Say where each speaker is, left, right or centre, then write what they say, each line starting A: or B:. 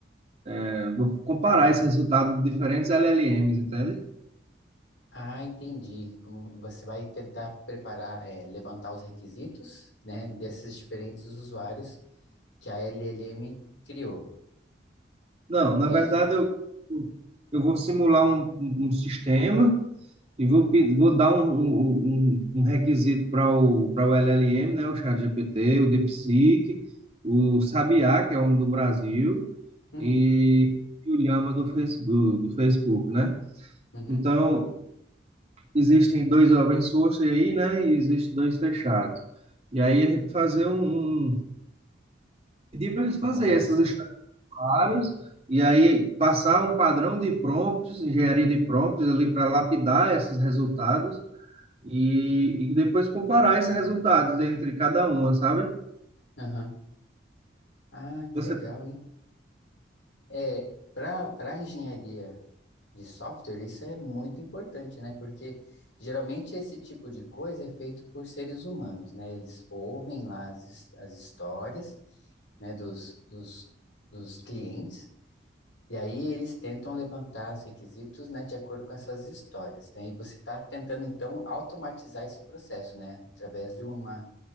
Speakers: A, on the right (about 35°); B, on the left (about 85°).
A: eh, vou comparar esse resultado de diferentes LLMs, entende?
B: Ah, entendi. Como você vai tentar preparar, é, levantar os requisitos, né, desses diferentes usuários que a LLM criou.
A: Não, na
B: É
A: verdade,
B: isso?
A: eu, eu vou simular um, um um sistema E vou, pe- vou dar um, um, um um um requisito para o, para o LLM, né? O ChatGPT, o DeepSeek, o Sabiá, que é um do Brasil,
B: Hum.
A: e, e o Llama do Facebook, do Facebook, né?
B: Uhum.
A: Então, existem dois open source aí, né? E existem dois fechados. E aí a gente fazer um... um- pedir para eles fazerem
B: Uma comparação.
A: essas estagiárias e aí passar um padrão de prompts, engenharia de prompts ali para lapidar esses resultados e, e depois comparar esses resultados entre cada uma, sabe?
B: Aham. Ah, que
A: Você,
B: legal, hein? É, para para engenharia de software, isso é muito importante, né? Porque geralmente esse tipo de coisa é feito por seres humanos, né? Eles ouvem lá as, his- as histórias, né, dos, dos, dos clientes, e aí eles tentam levantar os requisitos, né, de acordo com essas histórias, né? E você está tentando, então, automatizar esse processo, né? Através de uma,